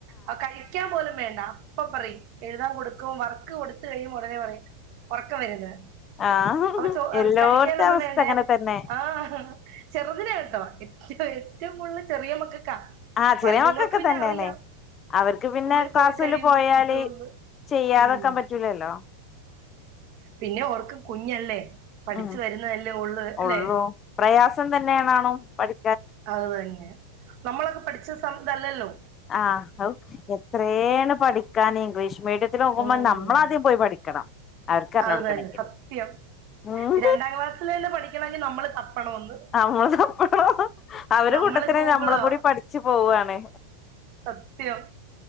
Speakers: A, on the right (about 45°); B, on the left (about 25°).
A: ആഹ്, കഴിക്കാൻ പോലും വേണ്ട, അപ്പ പറയും. എല്ലാം കൊടുക്കും, വർക്ക് കൊടുത്കഴിയുമ്പോ, ഉടനെ പറയും. ഒറക്കം വര്ണ്ട്. ന്ന്
B: ആഹ്
A: അപ്പൊ, ചോ,
B: എല്ലോട്ത്തെ
A: കഴിക്കാനൊന്നും
B: അവസ്ഥ
A: വേണ്ടേ?
B: അങ്ങനെ തന്നെ
A: ആഹ് ചെറുതിനെ കേട്ടോ, ഏറ്റവും, ഏറ്റവും കൂടുതൽ ചെറിയ മക്ക ക്കാ.
B: ആഹ് ചെറിയ
A: വലുതുങ്ങൾക്ക്
B: മക്കക്കെ
A: പിന്നെ,
B: തന്നെണ്
A: അറിയാം.
B: അവർക്ക്
A: സ്കൂളിൽ
B: പിന്നെ ക്ലാസ്സില്
A: പോയി കഴിയുമ്പോ
B: പോയാല്
A: കിട്ടോന്ന്.
B: ചെയ്യാതെക്കാൻ
A: ഉം
B: പറ്റൂലല്ലോ
A: പിന്നെ, ഓൾക്ക് കുഞ്ഞല്ലേ. പഠിച്ചു
B: ഉം
A: വരുന്നതല്ലേ ഉള്ള്. അല്ലേ
B: ഒള്ളൂ പ്രയാസം തന്നെയണാ ണോ പഠി
A: അത്, തന്നെ, നമ്മളൊക്കെ പഠിച്ച സം ഇതല്ല ല്ലോ?
B: ആഹ്, ഔ എത്രേണ് പഠിക്കാന്. ഇംഗ്ലീഷ് മീഡിയത്തിൽ നോക്കുമ്പോൾ,
A: ഉം
B: നമ്മളാദ്യം പോയി പഠിക്കണം. അവർക്ക് പറഞ്ഞൊടുക്കണെങ്കില്
A: അത്, തന്നെ സത്യം.
B: ഉം
A: രണ്ടാം ക്ലാസ്സിലെന്നെ പഠിക്കണങ്കിൽ നമ്മള് തപ്പണം. ഒന്ന്
B: നമ്മൾ തപ്പണം. അവര്
A: നമ്മള്
B: കൂട്ടത്തിനെ
A: ഗൂഗിളോ
B: നമ്മളും കൂടി പഠിച്ചു പോവാണ്.
A: സത്യം